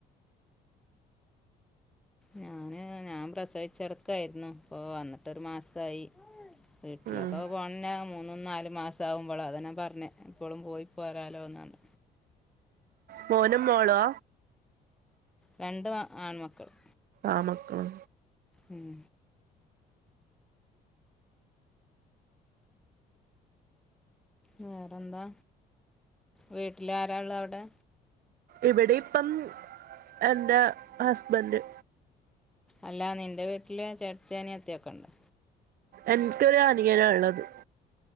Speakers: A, in the centre; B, on the right.
A: ഞാന് ഞാം പ്രസവിച്ചട്ക്കായിരുന്നു പ്പൊ വന്നിട്ടൊരു മാസായി. വീട്ടിലൊക്കെ
B: ഉം
A: പോണന്ന മൂന്നും നാല് മാസാവുമ്പളാ അതാ ഞാ പർഞ്ഞെ. പ്പളും പോയി പോരാലോ ന്നാണ്.
B: മോനും മോള്വാ.
A: രണ്ട് മാ ആൺമക്കള്.
B: ആണ്മക്കള്.
A: ഉം. വേറെന്താ വീട്ടിലാരാള്ള അവ്ടെ.
B: ഇവടിപ്പം എന്റെ ഹസ്ബൻ്റ്.
A: അല്ല നിന്റെ വീട്ടില് ചേട്ടത്തി അനിയത്തി ഒക്കെ ണ്ടാ.
B: എൻക്കൊര് അനിയനാള്ളത്.